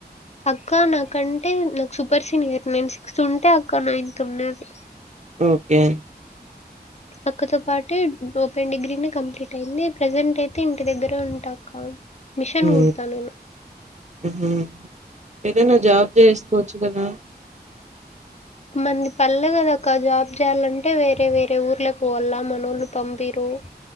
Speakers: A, on the left; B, on the right.
A: అక్క నాకంటే నాకు సూపర్ సీనియర్ నేను సిక్స్త్ ఉంటే అక్క నైన్త్ ఉండేది
B: ఓకే
A: అక్కతో పాటి ఓ పెన్ డిగ్రీని కంప్లీట్ అయ్యింది ప్రెజెంట్ అయితే ఇంటి దగ్గరే ఉంటా అక్క మిషన్
B: ఊ
A: కుడతా నేను.
B: ఊహూ ఏదైనా జాబ్ చేసుకోవచ్చు కదా
A: మంది పల్లె కదక్కా జాబ్ చేయాలంటే వేరే వేరే ఊర్లకి పోవల్ల మనోళ్ళు పంపీరు